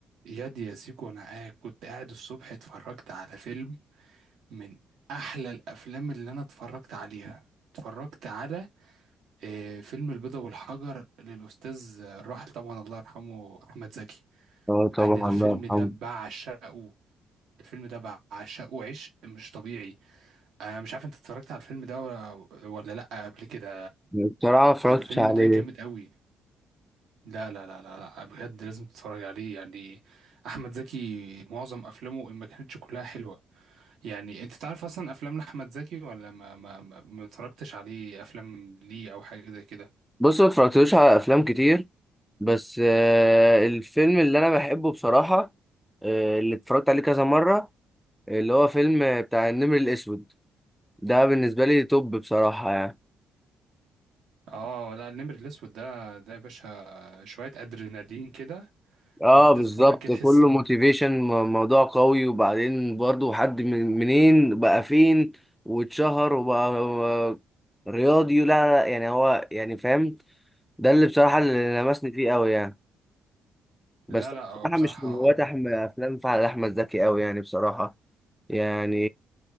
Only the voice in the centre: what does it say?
اه طبعا
الله يرحمه
بصراحة ما اتفرجتش
عليه
بص ما اتفرجتلوش على أفلام كتير بس آه، الفيلم اللي أنا بحبه بصراحة آه، اللي اتفرجت عليه كذا مرة اللي هو فيلم آه، بتاع النمر الأسود ده بالنسبة لي توب بصراحة يعني
اه
بالظبط
كله
موتيفيشن موضوع قوي وبعدين برضه حد من منين بقى فين واتشهر وبقى آه، رياضي لا لا لا، يعني هو يعني فاهم ده اللي بصراحة اللي لمسني فيه قوي يعني بس
بصراحة
مش من هواة أحمد أفلام فعلا أحمد زكي أوي يعني بصراحة يعني